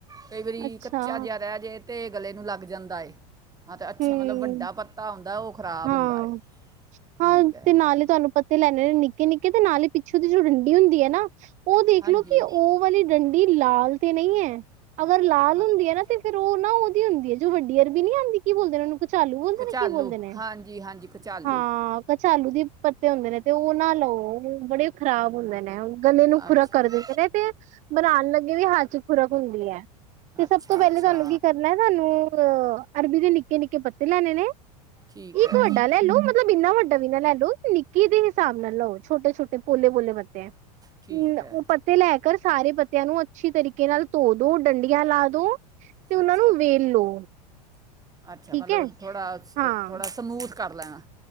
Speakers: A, on the right; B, on the right.
A: ਕਈ ਵਾਰੀ
B: ਅੱਛਾ
A: ਕੱਚਾ ਜਿਆਦਾ ਜੇ ਤੇ ਗਲੇ ਨੂੰ ਲੱਗ ਜਾਂਦਾ ਐ। ਹਾਂ ਤੇ ਅੱਛਾ
B: ਹੂੰ
A: ਮਤਲਬ ਵੱਡਾ ਪੱਤਾ ਹੁੰਂਦਾ ਉਹ ਖਰਾਬ
B: ਹਾਂ
A: ਹੁੰਦਾ ਏ ਠੀਕ
B: ਹਾਂ
A: ਹੈ
B: ਤੇ ਨਾਲ ਹੀ ਤੁਹਾਨੂੰ ਪੱਤੇ ਲੈਣੇ ਨੇ ਨਿੱ ਨ ਨਿੱਕੇ ਤੇ ਨਾਲ ਹੀ ਪਿੱਛੋਂ ਦੀ ਜੋ ਡੰਡੀ ਹੁੰਦੀ ਐ ਨਾਂ। ਉਹ ਦੇਖਲੋ
A: ਹਾਂਜੀ
B: ਕਿ ਉਹ ਵਾਲੀ ਡੰਡੀ ਲਾਲ ਤੇ ਨਹੀਂ ਐ। ਅਗਰ ਲਾਲ
A: ਅ-
B: ਹੁੰਦੀ ਐਨਾ ਤੇ ਫਿਰ ਉਹ ਨਾ ਹੁੰਦੀ ਐ, ਜੋ ਵੱਡੀ ਅਰਬੀ ਆਂਦੀ। ਬੋਲਦੇ ਨੇ ਉਹਨੂੰ ਕਚਾਲੂ ਬੋਲਦੇ
A: ਕਚਾਲੂ
B: ਨੇ ਕੀ ਬੋਲਦੇ ਨੇ
A: ਹਾਂਜੀ ਹਾਂਜੀ ਕਚਾਲੂ
B: ਹਾਂ ਕਚ ਕਚਾਲੂ ਦੇ ਪੱਤੇ ਹੁੰਦੇ ਨੇ ਤੇ ਉਹ ਨਾ ਲਓ ਬੜੇ ਖਰਾਬ ਹੁੰਦੇ ਨੇ ਗਲੇ ਨੂੰ ਖੁਰਾਕ
A: ਅੱਛਾ
B: ਕਰ ਪਏ ਨੇ ਤੇ ਬਣਾਉਣ ਲੱ ਅੱਗੇ ਵੀ ਹੱਥ ਚ ਖੂਰਕ ਹੁੰਦੀ ਐ। ਤੇ
A: ਅੱਛਾ
B: ਸਭ ਤੋਂ ਪਹਿਲੇ
A: ਅੱਛਾ
B: ਤੁਹਾਨੂੰ ਕੀ ਕਰਨਾ ਤੁਹਾਨੂੰ ਅ ਅਰਬੀ ਦੇ ਲਿ ਪਤੇ ਲੈਨੇ ਨੇ
A: ਠੀਕ
B: ਇੱਕ
A: ਹੈ
B: ਵੱਡਾ ਲੈਲੂ ਮਤਲਬ ਇੰਨਾ ਵੱਡਾ ਵੀ ਨਾ ਲੈਲੂ। ਨਿੱਕੀ ਦੇ ਹਿਸਾਬ ਨਾਲ ਲਓ ਛੋਟੇ-ਛੋਟੇ ਪੋਲੇ-ਪੋਲੇ ਬੱਤੇ। ਹਂ,
A: ਠੀਕ ਹੈ
B: ਉਹ ਪੱਤੇ ਲੈ ਕਰ ਸਾਰੇ ਪੱਤਿਆਂ ਨੂੰ ਅੱਛੀ ਤਰੀਕੇ ਨਾਲ ਧੋ ਦੋ ਡੰਡੀ ਗਿਆ ਲਾਦੋ। ਤੇ ਉਹਨਾਂ
A: ਅੱਛਾ
B: ਨੂੰ ਵੇਲ ਲੋ
A: ਅੱਛਾ
B: ਠੀਕ
A: ਮਤਲਬ
B: ਹੈ
A: ਥੋੜਾ-ਥੋੜਾ
B: ਹਾਂ
A: ਸਮੂਥ ਕਰ ਲੈਣਾ